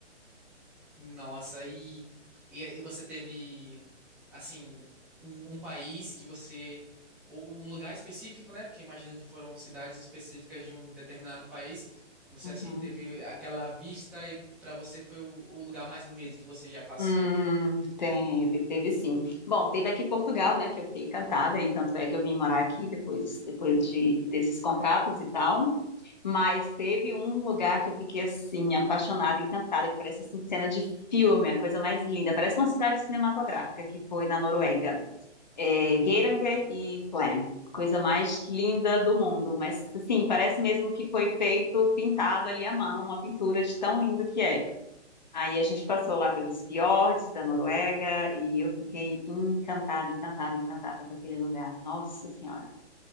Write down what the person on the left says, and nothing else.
Uhum.
Hum, teve, teve sim. Bom, teve aqui em Portugal, né, que eu fiquei encantada, e tanto é que eu vim morar aqui depois, depois de, desses contratos e tal. Mas teve um lugar que eu fiquei assim, apaixonada, encantada, que parece assim, cena de filme, a coisa mais linda. Parece uma cidade cinematográfica que foi na Noruega. É,
Geiranger e Flem. Coisa mais linda do mundo. Mas assim, parece mesmo que foi feito, pintado ali à mão, uma pintura de tão lindo que é. Aí a gente passou lá pelos fiordes da Noruega e eu fiquei encantada, encantada, encantada com aquele lugar. Nossa Senhora,